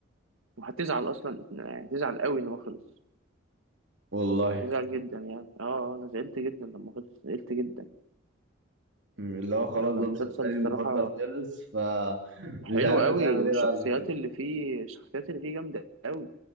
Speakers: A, on the right; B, on the right.
A: وهتزعل اصلا يعني هتزعل قوي ان هو خلص
B: والله
A: هتزعل جدا يعني اه آه، انا زعلت جدا لما خلص زعلت جدا
B: م- اللي هو خلاص
A: يعني هو كان
B: ده
A: مسلسل
B: مسلسلي
A: الصراحه
B: المفضل خلص فمش
A: حلو
B: <laughs> عارف
A: قوي
B: هتعمل
A: والشخصيات
B: إيه بعد كده
A: اللي فيه الشخصيات اللي فيه جامده قوي